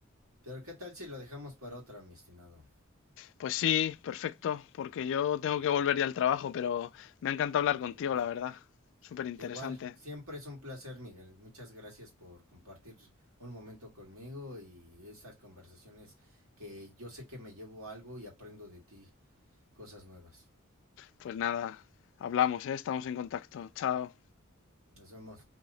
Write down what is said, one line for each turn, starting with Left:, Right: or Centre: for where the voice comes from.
Right: Pero ¿qué tal si lo dejamos para otra, mi estimado?
Left: Pues sí, perfecto, porque yo tengo que volver ya al trabajo, pero me ha encantado hablar contigo,
Right: Muy bien.
Left: la verdad. Súper interesante.
Right: Igual, siempre es un placer, Miguel. Muchas gracias por compartir un momento conmigo y estas conversaciones que yo sé que me llevo algo y aprendo de ti cosas nuevas.
Left: Pues nada, hablamos, ¿eh? Estamos en contacto. Chao.
Right: Nos vemos.